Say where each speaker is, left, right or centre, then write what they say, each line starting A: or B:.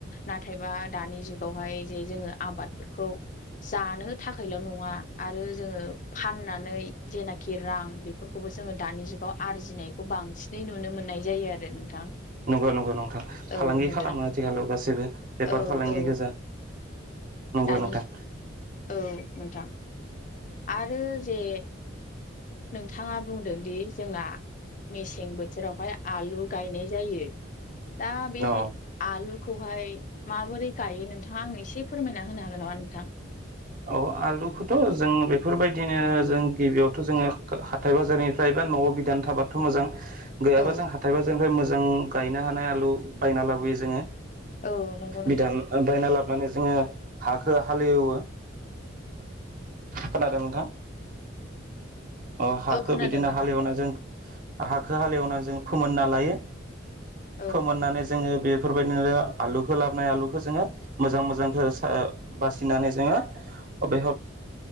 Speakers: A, on the left; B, on the right.
A: नाथायबा दानि जुग गावहाय जे जोङो आबादफोरखौ जानो थाखायल' नङा आरो जोङो फाननानै जेनाखि रां बेफोरखौबो जोङो दानि जुगाव आरजिनायखौ बांसिनै नुनो मोननाय जायो आरो नोंथां
B: नंगौ नंगौ नंथा फालांगि
A: औ नोंथां
B: खालामो आथिखालाव गासिबो बेफार
A: औ
B: फालांगि
A: औ
B: गोजा। नंगौ
A: दानि
B: नोंथां
A: औ नोंथां। आरो जे नोंथाङा बुंदों दि जोंना मेसें बोथोरावहाय आलु गायनाय जायो। दा बे
B: औ
A: आलुखौहाय माबोरै गायो नोंथाङा आंनो एसे फोरमायना होनो हागोन नामा नोंथां।
B: औ आलुखौथ' जों बेफोरबायदिनो जों गिबियावथ' जोङो हाथाय बाजारनिफ्राय <unintelligible> न'आव बिदान थाबाथ' मोजां गैयाबा
A: औ
B: जों हाथाय बाजारनिफ्राइ मोजां गायनो हानाय आलु बायना लाबोयो जोङो।
A: औ नंगौ नोंथां
B: बिधान बायना लाबोनानै जोङो हाखौ हालेवो खोनादों नोंथां अ हाखौ
A: औ खोनादों
B: बिदिनो
A: नोंथां
B: हालेवना जों हाखौ हालेवना जों फोमोनना लायो।
A: औ
B: फोमोननानै जोङो बेफोरबायदिनो आलुखौ लाबोनाय आलुखौ जोङो मोजां मोजांखो <unintelligible> बासिनानै जोङो <unintelligible> जों